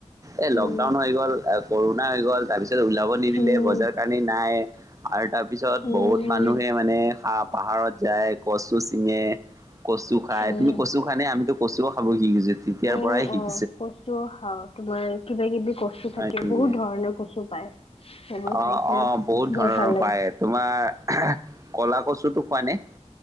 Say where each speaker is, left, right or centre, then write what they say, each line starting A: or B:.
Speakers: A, on the right; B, on the left.
A: এই
B: উম
A: লকডাউন হৈ গ'ল কৰুণা হৈ গ'ল, তাৰ পিছত ওলাব নিদিলে,
B: উম
A: বজাৰ কানি নাই। আৰু তাৰ পিছত
B: উম
A: বহুত
B: উম
A: মানুহে মানে পাহাৰত যায় কচু চিঙে, কচু খাই,
B: উম,
A: তুমি কচু খোৱানে? আমিতো কচুও খাব শিকিছো, তেতিয়াৰ
B: অ',
A: পৰাই শিকি
B: অ কচুও খাওঁ! তোমাৰ কিবা-কিবি কচু থাকে,
A: হয় নেকি
B: বহুত ধৰণৰ কচু পায়। সেইবোৰ
A: অ, অ
B: খাইছিলোঁ
A: বহুত
B: বৰ
A: ধৰণৰ
B: ভাল লাগে
A: পায়। তোমাৰ কলা কচুটো খোৱানে?